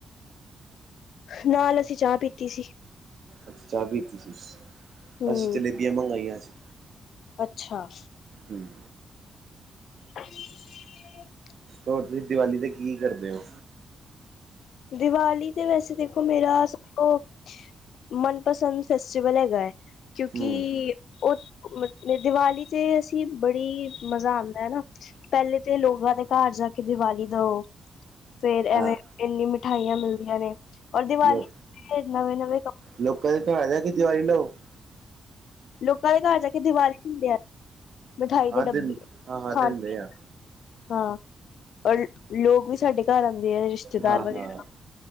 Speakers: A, on the left; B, on the right.
A: ਨਾਲ ਅਸੀਂ ਚਾਹ ਪੀਤੀ ਸੀ।
B: ਅੱਛਾ, ਚਾਹ ਪੀਤੀ ਸੀ।
A: ਹੂੰ,
B: ਅਸੀਂ ਜਲੇਬੀਆਂ ਮੰਗਵਾਈਆਂ ਸੀ,
A: ਅੱਛਾ।
B: ਹਮ।
A: <inaudible>
B: ਹੋਰ ਤੁਸੀਂ ਦੀਵਾਲੀ ਤੇ ਕੀ ਕਰਦੇ ਓ?
A: ਦੀਵਾਲੀ ਤੇ ਵੈਸੇ ਦੇਖੋ, ਮੇਰਾ ਸਭ ਤੋ ਮਨਪਸੰਦ ਫੈਸਟੀਵਲ ਹੈਗਾ ਐ, ਕਿਉਂਕਿ
B: ਹਮ
A: ਉਹ ਮਤ ਦੀਵਾਲੀ ਤੇ ਅਸੀਂ ਬੜੀ ਮਜ਼ਾ ਆਂਦਾ ਨਾ। ਪਹਿਲੇ ਤੇ ਲੋਗਾ ਦੇ ਘਰ ਜਾ ਕੇ ਦੀਵਾਲੀ ਦਿਉ। ਫੇਰ
B: ਹਾਂ
A: ਐਵੇਂ ਇੰਨੀ ਮਿਠਾਈਆਂ ਮਿਲਦੀਆਂ ਨੇ ਔਰ ਦੀਵਾਲੀ
B: ਲੋ
A: ਤੇ ਨਵੇਂ-ਨਵੇਂ
B: ਲੋਕਾਂ ਦੇ ਘਰ <unintelligible> ਦੀਵਾਲੀ <unintelligible>
A: ਲੋਕਾਂ ਦੇ ਘਰ ਜਾ ਕੇ ਦੀਵਾਲੀ ਹੁੰਦੇ ਆ। ਮਿਠਾਈ
B: ਹਾਂ
A: ਦੇ ਡੱਬੇ
B: ਦਿਨ ਹਾਂ ਹਾਂ
A: ਖਾਣ
B: ਦਿੰਦੇ
A: -ਪੀਣ
B: ਆ
A: ਨੂੰ ਹਾਂ। ਔਰ ਲੋਕ ਵੀ ਸਾਡੇ ਘਰ ਆਉਂਦੇ ਆ ਰਿਸ਼ਤੇਦਾਰ
B: ਹਾਂ
A: ਵਗੈਰਾ
B: ਹਾਂ